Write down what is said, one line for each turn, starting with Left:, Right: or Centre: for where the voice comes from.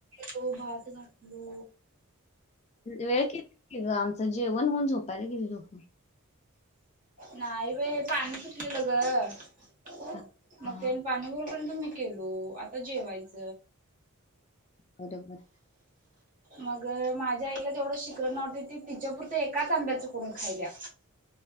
Right: तो भात घातलो.
Left: वेळ के ग आमचं जेवण होऊन झोपायला गेली दोघ.
Right: नाही बे पाणी सुटलेलं ग.
Left: हा
Right: मग
Left: हा,
Right: त्या पाणीभरूपर्यंत मी गेलो आता जेवायच.
Left: बरोबर.
Right: मग माझ्या आईला तेवढं शिकरण नव्हती ती तिच्यापुरं एकाच आंब्याच करून खायल्या.